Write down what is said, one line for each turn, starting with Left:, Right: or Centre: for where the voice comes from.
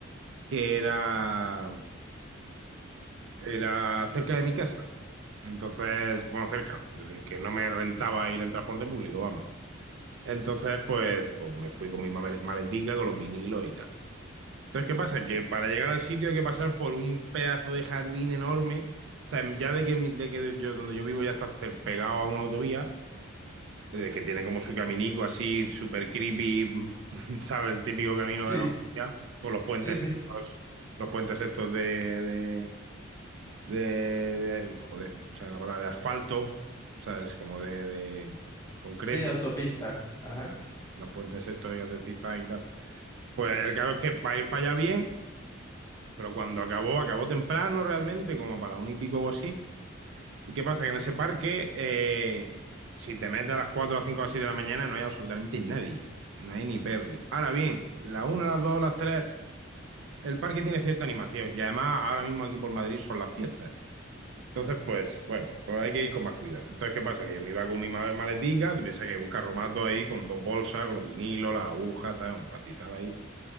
Right: que era, era cerca de mi casa. Entonces, bueno, cerca, es decir, que no me rentaba ir en transporte público, vamos. Entonces, pues, pues me fui con mi male- maletica, con los vinilos y tal. Entonces, ¿qué pasa? Que para llegar al sitio hay que pasar por un pedazo de jardín enorme. O sea, ya de que, mi- de que yo, donde yo vivo ya está cer- pegado a una autovía, eh, que tiene como su caminico así, súper creepy, <laughs> ¿sabes? El típico camino
Left: Sí,
Right: de la autovía, con los puentes
Left: sí, sí.
Right: estos, los puentes estos de, de, de- de- joder, o sea, la palabra de asfalto, ¿sabes? Como de, de concreto,
Left: Sí, de autopista. Ajá.
Right: los puentes estos que hacen zigzag y tal. Pues el caso es que para ir para allá bien. Pero cuando acabó, acabó temprano realmente, como para un y pico o así. ¿Y qué pasa? Que en ese parque, eh, si te metes a las 4 a las 5 o así de la mañana, no hay absolutamente nadie. No hay ni Perry. Ahora bien, las 1, las 2 las 3 el parque tiene cierta animación. Y además, ahora mismo aquí por Madrid son las fiestas. Entonces, pues, bueno, pues hay que ir con más cuidado. Entonces, ¿qué pasa? Que yo me iba con mi ma- maletica, tú piensas que un carromato ahí con dos bolsas, con los vinilos, las agujas, ¿sabes? Un pastizal ahí.